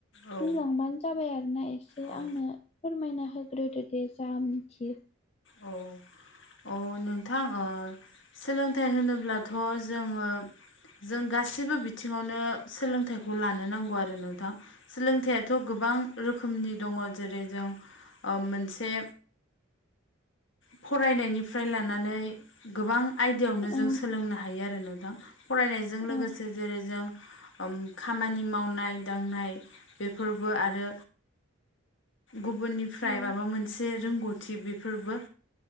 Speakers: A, on the left; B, on the left.
A: औ
B: बुंलांबानो जाबाय आरोना एसे
A: औ
B: आंनो फोरमायना होग्रोदो दे जा मिथियो।
A: अ अ अ नोंथां सोलोंथाइ होनोब्लाथ' जोङो जों गासैबो बिथिङावनो सोलोंथाइखौ लानो नांगौ आरो नोंथां। सोलोंथाइयाथ' गोबां रोखोमनि दङ जेरै जों मोनसे <inaudible> फरायनायनि फ्राय लानानै गोबां आयदायावनो
B: औ
A: जों सोलोंनो हायो आरो नोंथां। फरायनायजों
B: औ
A: लोगोसे जेरै जों खामानि मावनाय दांनाय बेफोरबो आरो गुबुननिफ्राय
B: औ
A: माबा मोन मोनसे रोंगौथि बेफोरबो